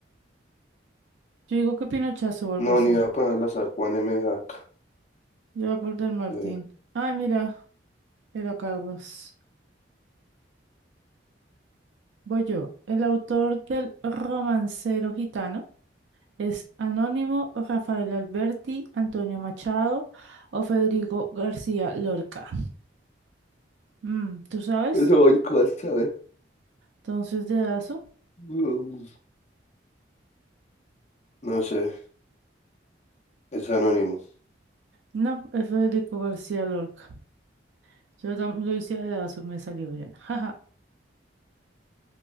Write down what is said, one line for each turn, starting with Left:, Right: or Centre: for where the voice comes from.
Right: Yo digo que Pinochazo o algo
Left: No,
Right: así.
Left: ni a para al azar, Juan M. Arzak.
Right: Lleva por Del Martín.
Left: Eh,
Right: Ay, mira, era Carlos. Voy yo. El autor del romancero gitano es Anónimo Rafael Alberti, Antonio Machado o Federico García Lorca. Mm, ¿tú sabes?
Left: no, yo qué vas a ver.
Right: Entonces, dedazo.
Left: No, no sé, es anónimo.
Right: No, es Federico García Lorca. Yo también lo hice a dedazo, me salió bien. <laughs> Jaja.